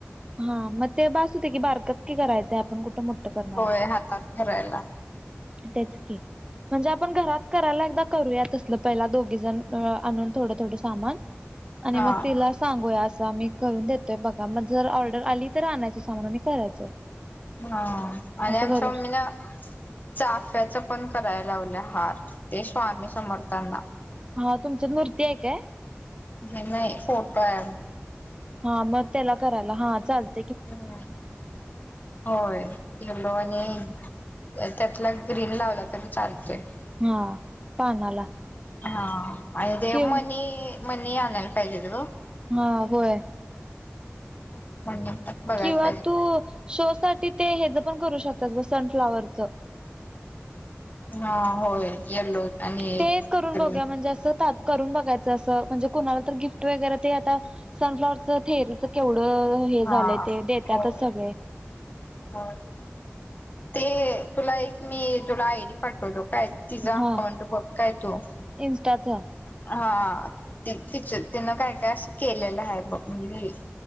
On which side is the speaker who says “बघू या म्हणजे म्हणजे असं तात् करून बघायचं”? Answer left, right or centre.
Right